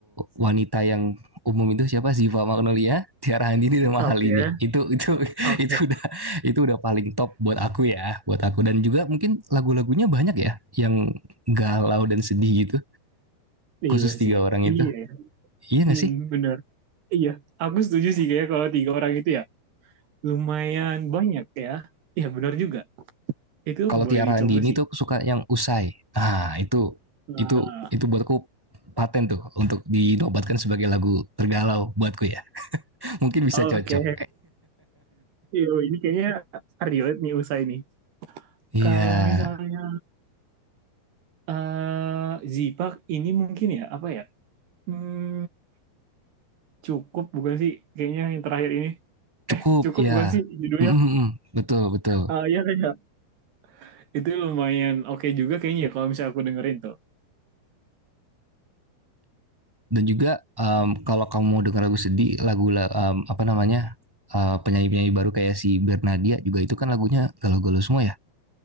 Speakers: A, in the centre; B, on the right.
A: wanita yang umum itu siapa Ziva Magnolia, Tiara Handini dan Mahal
B: oke,
A: ini. Itu itu <laughs>
B: oke.
A: itu udah itu udah paling top buat aku ya, buat aku dan juga mungkin lagu-lagunya banyak ya yang galau dan sedih gitu.
B: Iya
A: Khusus tiga
B: sih,
A: orang
B: iya,
A: itu.
B: ya.
A: Iya
B: hmm,
A: gak sih?
B: bener. Iya, aku setuju sih kayak kalau tiga orang itu ya lumayan banyak ya. Iya bener juga, itu
A: Kalau Tiara
B: boleh dicoba
A: Handini
B: sih.
A: tuh aku suka yang usai. Ah, itu
B: Nah,
A: itu itu buatku paten tuh untuk dinobatkan sebagai lagu tergalau buatku ya. Mungkin bisa
B: oke.
A: cocok.
B: Yo, ini kayaknya relate nih usai nih.
A: Iya,
B: Kalau
A: <laughs> yeah.
B: misalnya eh Zipak ini mungkin ya apa ya? Hmm, cukup bukan sih? Kayaknya yang terakhir ini
A: Cukup,
B: cukup
A: ya.
B: bukan sih judulnya?
A: Mm, mm, mm. betul, betul.
B: Ah, iya kayaknya. Itu lumayan oke juga kayaknya ya kalau misalnya aku dengerin tuh.
A: Dan juga em, kalau kamu mau dengar lagu sedih, lagu la- apa namanya? eh, penyanyi-penyanyi baru kayak si Bernadia juga itu kan lagunya galau-galau semua ya.